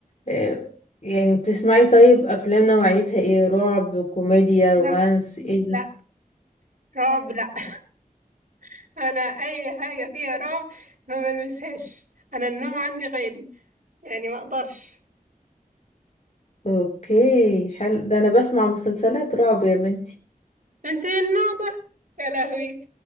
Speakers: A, on the left; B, on the right.
A: آه، يعني بتسمعي طيب افلام نوعيتها ايه رعب كوميديا
B: لا
A: رومانس ايه
B: لا رعب لا <laughs> انا اي حاجة فيها رعب ما بلمسهاش انا النوم عندي غالي يعني ما اقدرش
A: اوكي حلو ده انا بسمع مسلسلات رعب يا بنتي
B: انت من النوع ده يا لهوي